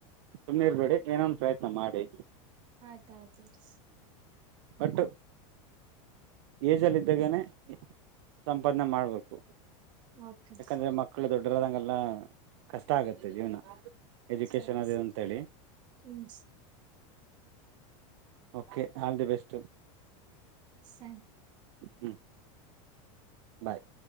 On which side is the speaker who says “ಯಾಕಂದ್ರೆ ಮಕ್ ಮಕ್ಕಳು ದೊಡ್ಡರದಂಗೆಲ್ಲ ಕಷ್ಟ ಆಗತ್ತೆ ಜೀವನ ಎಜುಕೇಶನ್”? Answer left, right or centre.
Right